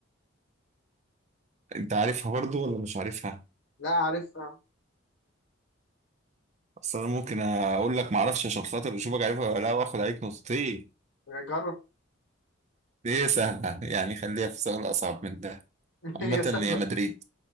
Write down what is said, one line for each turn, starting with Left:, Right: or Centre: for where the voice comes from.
Right: أنت عارفها برضو ولا مش عارفها؟
Left: لا عارفها يا عم،
Right: أصل أنا ممكن أقول لك معرفش عشان خاطر أشوفك عارفها ولا لأ وآخد عليك نقطتين
Left: جرب
Right: دي سهلة يعني خليها في سؤال أصعب من ده
Left: <laughs> هي
Right: عامة
Left: سهلة
Right: هي مدريد